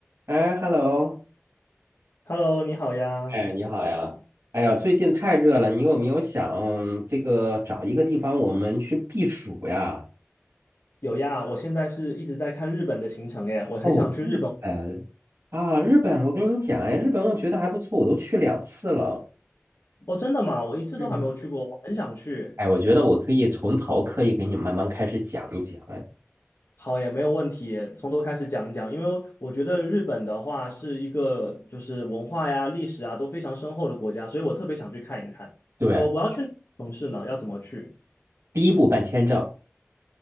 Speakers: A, on the right; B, on the left.
A: 哎，hello，
B: Hello，你好呀，
A: 哎，你好呀！哎呀，最近太热了，你有没有想这个找一个地方我们去避暑呀？
B: 有呀，我现在是一直在看日本的行程耶，我很想去日本。
A: 哦，日本啊，日本，我跟你讲，哎，日本我觉得还不错，我都去两次了。
B: 哦，真的吗？我一次都还没有去过，
A: 嗯，
B: 我很想去。
A: 哎，我觉得我可以从头可以给你慢慢开始讲一讲。哎，
B: 好耶，没有问题耶从头开始讲一讲，因为我觉得日本的话是一个就是文化呀、历史啊都非常深厚的国家，所以我特别想去看一看。
A: 对，
B: 要我我要去哪个城市呢？要怎么去？
A: 第一步办签证，